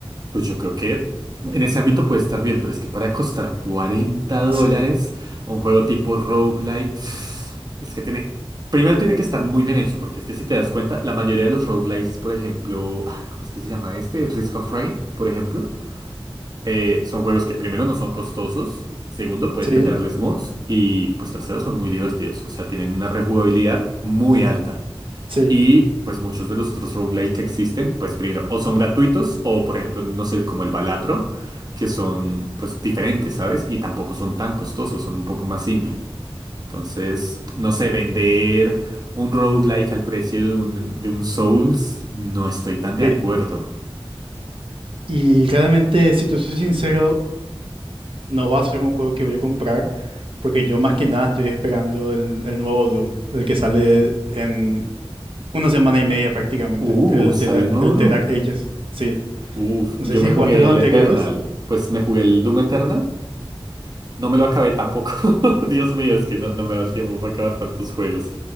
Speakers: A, on the right; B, on the right.
A: Pues yo creo que en ese ámbito puede estar bien, pero es que para costar cuarenta dólares
B: Sí,
A: un juego tipo roguelike, <sighs> es que tiene... Primero tiene que estar muy bien hecho, porque es que si te das cuenta, la mayoría de los roguelikes, por ejemplo, ah, ¿cómo es que se llama este? Risk of Rain, por ejemplo, eh, son juegos que primero no son costosos, segundo puedes
B: sí,
A: meterles mods y pues tercero son muy divertidos, o sea, tienen una rejugabilidad muy alta.
B: sí,
A: Y pues muchos de los otros roguelike que existen, pues primero, o son gratuitos, o por ejemplo, no sé, como el Balatro, que son pues diferentes, ¿sabes? Y tampoco son tan costosos, son un poco más indie. Entonces, no sé, vender un roguelike al precio de un, de un Souls, no estoy tan de
B: sí.
A: acuerdo.
B: Y realmente, si te soy sincero, no va a ser un juego que voy a comprar, porque yo más que nada estoy esperando el, el nuevo Doom, el que sale en una semana y media prácticamente,
A: Uh,
B: el
A: sale
B: The Dark,
A: nuevo
B: el
A: Doom.
B: The Dark Ages. Sí.
A: Uf,
B: No
A: yo
B: sé si
A: me jugué
B: jugaste los
A: el
B: anteriores.
A: Eternal. Pues me jugué el Doom Eternal No me lo acabé tampoco. <laughs> Dios mío, es que no, no me da el tiempo para acabar tantos juegos.